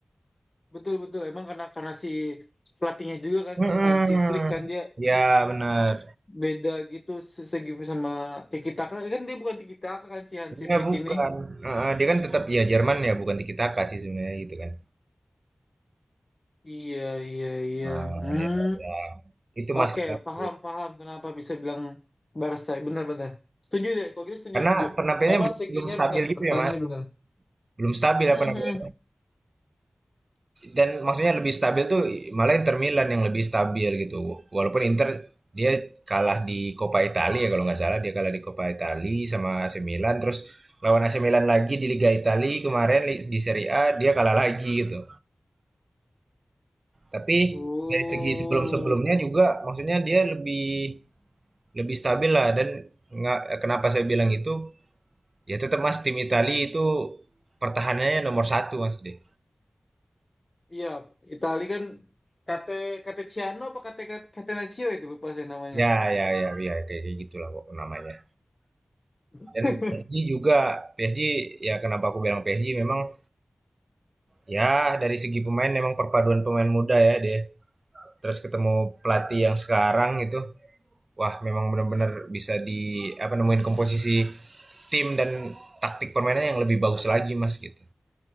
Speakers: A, on the left; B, on the right.
A: Betul betul emang karena karena si pelatihnya juga kan
B: Mm-mm.
A: si Hansi Flick kan dia
B: Ya benar.
A: beda gitu se- segi sama Tiki Taka kan dia bukan Tiki Taka kan si Hansi
B: Iya
A: Flick
B: bukan.
A: ini.
B: Heeh, dia kan tetap ya Jerman ya bukan tiki taka sih sebenarnya gitu kan.
A: Iya iya iya.
B: Nah,
A: Hmm.
B: ya, ya. Itu
A: Oke,
B: Mas kata aku.
A: paham, paham kenapa bisa bilang Barca. Benar-benar. Setuju deh, kalau gitu setuju,
B: Karena
A: setuju.
B: penampilannya
A: Emang
B: belum
A: seginya
B: belum stabil
A: benar,
B: gitu
A: pertahanannya
B: ya Mas.
A: benar.
B: Belum stabil
A: Mhm.
B: apa namanya? dan maksudnya lebih stabil tuh malah Inter Milan yang lebih stabil gitu. Walaupun Inter dia kalah di Coppa Italia ya kalau nggak salah dia kalah di Coppa Italia sama AC Milan terus lawan AC Milan lagi di Liga Italia kemarin di Serie A dia kalah lagi gitu. Tapi
A: Oh,
B: dari segi sebelum-sebelumnya juga maksudnya dia lebih lebih stabil lah dan nggak kenapa saya bilang itu ya tetap Mas tim Italia itu pertahanannya nomor satu Mas deh.
A: iya. Itali kan Kate Kateciano apa Kate Catenaccio itu lupa saya namanya.
B: Ya ya ya ya kayak kayak gitulah kok namanya.
A: <laughs>
B: Dan PSG juga, PSG ya kenapa aku bilang PSG memang ya dari segi pemain memang perpaduan pemain muda ya dia. Terus ketemu pelatih yang sekarang gitu. Wah, memang benar-benar bisa di apa nemuin komposisi tim dan taktik permainannya yang lebih bagus lagi Mas gitu